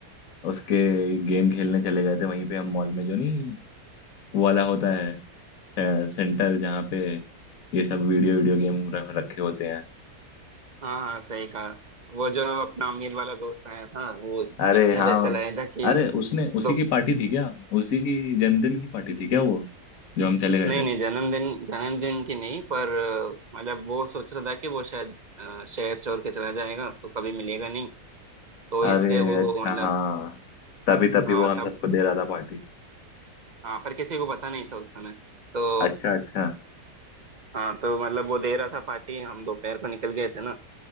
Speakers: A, on the left (about 55°); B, on the right (about 40°).
A: उसके गेम खेलने चले गए थे वहीं पे हम मॉल में जो नहीं वो वाला होता है अ, सेंटर जहाँ पे ये सब वीडियो वीडियो गेम रख- रखे होते हैं
B: हाँ हाँ सही कहा वो जो अपना अमीर वाला दोस्त आया था वो
A: अरे
B: इतने
A: हाँ
B: पैसे लाया था कि
A: अरे उसने उसी
B: दो
A: की पार्टी थी क्या उसी की जन्मदिन की पार्टी थी क्या वो जो हम चले गए
B: नहीं
A: थे
B: नहीं जन्मदिन जन्मदिन की नहीं पर अ, मतलब वो सोच रहा था कि वो शायद अ, शहर छोड़ के चला जाएगा तो कभी मिलेगा नहीं तो
A: अरे
B: इसलिए वो
A: अच्छा
B: मतलब
A: हाँ तभी तभी
B: हाँ
A: वो हम
B: तब
A: सबको दे रहा था पार्टी
B: हाँ पर किसी को पता नहीं था उस समय तो
A: अच्छा अच्छा
B: हाँ तो मतलब वो दे रहा था पार्टी हम दोपहर को निकल गए थे ना